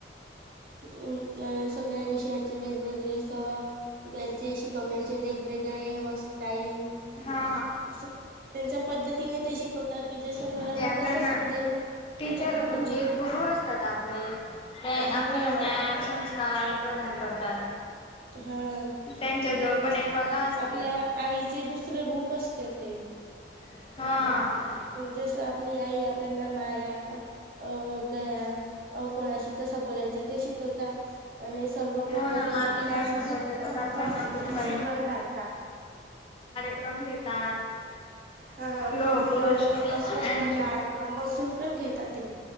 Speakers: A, on the right; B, on the left.
A: अ सगळ्या विषयांचे वेगवेगळे सर त्यांचे शिकवण्याचे वेगवेग, व स्टाईल
B: हा
A: अस त्यां, पद्धतीने ते शिकवता की जस मुलांना
B: हा ते आपल्याना
A: कसं समजेल.
B: टीचर
A: कसं
B: म्हणजे
A: नाही
B: गुरु असतात आपले ते,
A: हा
B: आपल्या ज्ञान संस्कार प्रदान करतात.
A: हा
B: त्यांच्याजवळ
A: गुरु
B: पण
A: असत
B: एक कला असते
A: आपल्या आईचे दुसर रूप असते ते, <unintelligible>
B: हा.
A: जसं आपली आई आपल्याना माया अ दया अ कोणाशी कसं बोलायचं ते शिकवता आणि सर लोक
B: हो
A: तर
B: ना मार्गदर्शन
A: ज्ञानची
B: पण देतात
A: हा
B: आपल्याना
A: ज्ञान
B: खूप काही
A: ची भर घालतात.
B: उपक्रम घेतात.
A: हा
B: लोह
A: खूप नवनवीन
B: पुरुष यांचे
A: मस मस्त कार्यक्रम बसून पण घेतातेय